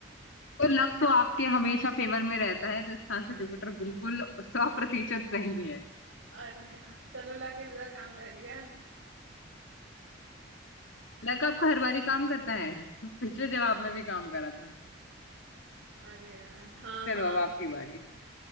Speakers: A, on the left (about 75°); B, on the right (about 80°).
A: तो लक तो आपके हमेशा फेवर में रहता है तो इसका आंसर जुपिटर बिल्कुल सौ प्रतिशत सही है
B: अरे यार चलो लक इस बार काम कर गया
A: लक आपका हर बारी काम करता है <laughs> पिछले जवाब में भी काम करा था
B: अरे यार हाँ
A: चलो
B: हाँ
A: अब
B: हाँ।
A: आपकी बारी